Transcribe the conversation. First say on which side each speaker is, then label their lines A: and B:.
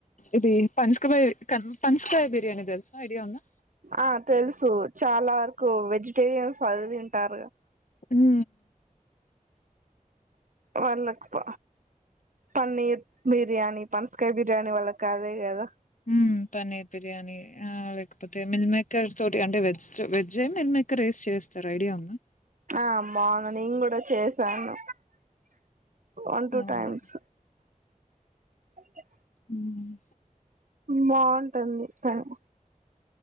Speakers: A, on the left; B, on the right.
A: ఇది పన్స్ కుబొయ్, క్కన్ పన్సకాయ బిర్యానీ థెల్సా ఐడియా ఉందా.
B: ఆ తెలుసు చాలా అర్కు వెజిటేరియన్స్ అది తింటారు.
A: హు
B: వాళ్ళక్ క్వ పన్నీర్ బిర్యానీ పనసకాయ బిర్యానీ వాళ్ళక్ అదే కదా.
A: హు పన్నీర్ బిర్యానీ ఆ లేకపోతే మిన్ మేకర్ తోటి అంటే వెజ్జు, వెజ్జె మిన్ మేకర్ ఏసి చేస్తారు ఐడియా ఉందా.
B: ఆ మార్నింగ్ కూడా చేశాను. వన్ టూటైమ్స్
A: అవును
B: అే
A: మ్మ్.
B: బాంటుంది కను